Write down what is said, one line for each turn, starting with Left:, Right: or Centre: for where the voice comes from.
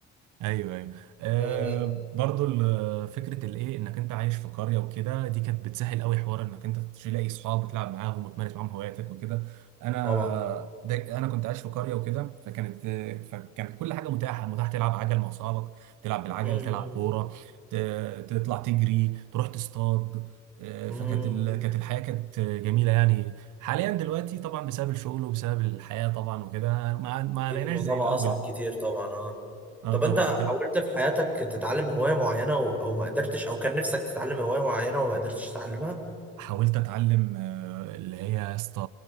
Right: ايوه ايوه آه
Centre: أمم.
Right: برضو ال- فكره الايه انك انت عايش في قريه وكده دي كانت بتسهل قوي حوار انك انت تلاقي اصحاب وتلعب معاهم وتمارس معاهم هواياتك وكده انا
Centre: طبعا
Right: ده انا كنت عايش في قريه وكده فكانت فكان كل حاجه متاحه متاح تلعب عجل مع اصحابك تلعب بالعجل
Centre: أمم.
Right: تلعب كوره ت- تطلع تجري تروح تصطاد آه،
Centre: أمم.
Right: فكانت ال... كانت الحياه كانت جميله يعني حاليا دلوقتي طبعا بسبب الشغل وبسبب الحياه طبعا وكده ما ما
Centre: اكيد
Right: بقيناش
Centre: الموضوع
Right: زي
Centre: بقى
Right: الاول
Centre: اصعب كتير طبعا اه
Right: اه
Centre: طب
Right: طبعا
Centre: انت حاولت في حياتك تتعلم هواية معينة و... او ما قدرتش او كان نفسك تتعلم هواية معينة وما قدرتش تتعلمها
Right: حاولت اتعلم آه، اللي هي يا اسطى